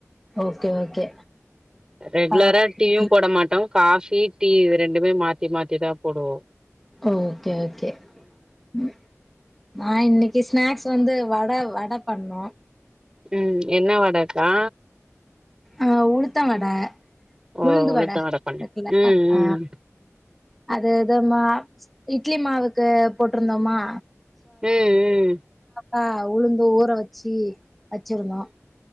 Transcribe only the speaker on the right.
ரெகுலரா
டீயும் போட மாட்டோ காஃ பி டீ ரெண்டுமே மாத்தி மாத்திதா போடுவோ
ம் என்ன வடக்கா
ஓ
உழுத்த வட பண்ணேன்
ம்ம்
ம் ம்